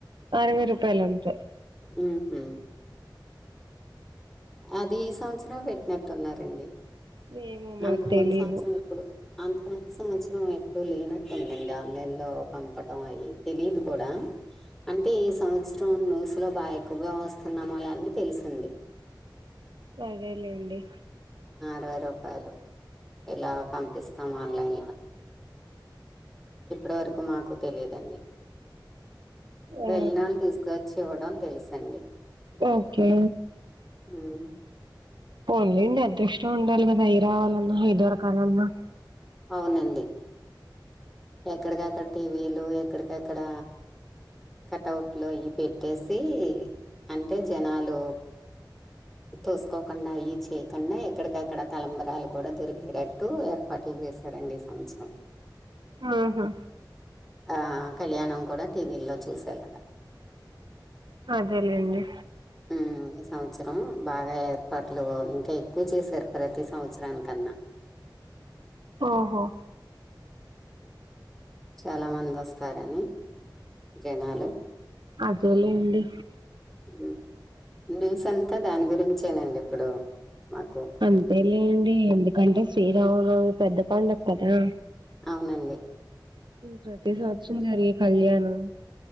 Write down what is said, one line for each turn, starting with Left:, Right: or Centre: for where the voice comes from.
Right: అరవై రూపాయలంతే
Centre: హుహు. అది ఈ సంవత్సరం పెట్టినట్టున్నారండి
Right: ఏమో మాకు
Centre: అంతకు
Right: తెలీదు
Centre: ముందు సంవత్సరం పెట్టలే అంతకు పోయిన సంవత్సరం అప్పుడు లేనట్టు ఉంది ఆన్లైన్ లో పంపడం అవి తెలిదు కూడా అంటే ఈ సంవత్సరం న్యూస్ లో బాగా ఎక్కువే వస్తున్నాము లే అని తెలిసింది <unintelligible>
Right: ఆడిలెండి
Centre: అరువై రూపాయలు ఇలా పంపిస్తాం ఆన్లైన్లో ఇప్పటివరకు మాకు తెలిదండి
Right: ఆ
Centre: వెలినాళ్ళు తీసుకువచ్చి ఇవ్వడం తెలుసండి
Right: ఓకే
Centre: హుమ్
Right: పోన్లేండి అదృష్టం ఉండాలి కదా అవి రావాలన్నా ఏ దొరకాలన్నా
Centre: అవునండి ఎక్కడికక్కడ టీవీలు ఎక్కడికక్కడ కటవుట్లో ఇవి పెట్టేసి అంటే జనాలు తోసుకోకుండా అవి చేయకుండా ఎక్కడికక్కడ తలంబరాలు కూడా దొరికేటట్టు ఏర్పాటు చే చేసరండి ఈ సంవత్సరం
Right: ఆహా
Centre: ఆ కళ్యాణం కూడా టీవీల్లో చూసేలాగా
Right: అదేలేండి
Centre: హుమ్ ఈ సంవత్సరం బాగా ఏర్పాట్లు ఇంకా ఎక్కువ చేశారు ప్రతి సంవత్సరాని కన్నా <unintelligible>
Right: ఆహా
Centre: చాలా మంది వస్తారని జనాలు
Right: అదే లేండి
Centre: ఉమ్, న్యూస్ అంతా దాని గురించేనండి ఇప్పుడు మాకు
Right: అంతే లెండి ఎందుకంటే శ్రీరామనవమి పెద్ద పండుగ కదా
Centre: అవునండి
Right: ప్రతి సంవత్సరం జరిగే కళ్యాణం